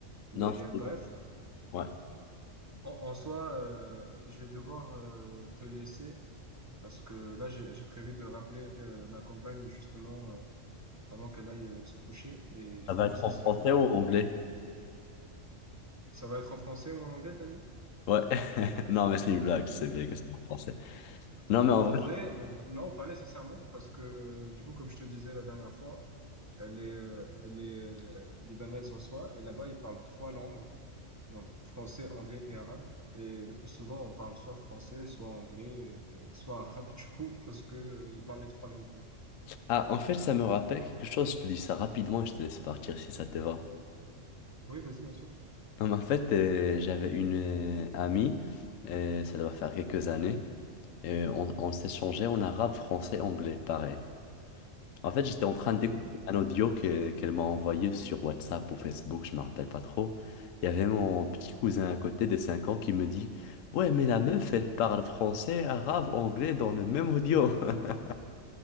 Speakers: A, on the right; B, on the left.
A: Mais
B: Non,
A: euh,
B: c'est-
A: bref,
B: ouais.
A: en, en soi, euh, je vais devoir euh, te laisser parce que là, j'ai j'ai prévu de rappeler euh, ma compagne justement euh, avant qu'elle aille euh, se coucher et, et
B: Ça
A: commence
B: va être
A: à
B: en
A: se
B: français
A: faire tard.
B: ou en anglais?
A: Ça va être en français ou en anglais, t'as dit?
B: Ouais. <laughs> Non, mais c'est une blague. C'est bien que c'est en français. Non, mais en
A: En
B: vrai.
A: vrai, euh, non, pas nécessairement, parce que euh, du coup, comme je te disais la dernière fois, elle les euh, elle euh, libanaise en soi, et là-bas, ils parlent trois langues, donc français, anglais et arabe. Et le plus souvent, on parle soit français, soit anglais, euh, soit arabe, <laughs> du coup, parce que, euh, ils parlent les trois langues, eux.
B: Ah, en fait, ça me rappelle quelque chose. Je te dis ça rapidement et je te laisse partir si ça te va.
A: Oui, vas-y, bien sûr.
B: Non, mais en fait, euh, j'avais une euh, amie, euh, ça doit faire quelques années. Et on, on s'échangeait en arabe, français, anglais, pareil. En fait, j'étais en train de découvrir
A: Mhm.
B: un audio que- qu'elle m'a envoyé sur WhatsApp ou Facebook, je me rappelle pas trop. Il y avait mon petit cousin à côté de 5 ans qui me dit, Ouais, mais la meuf, elle parle français, arabe, anglais dans le même audio. <laughs>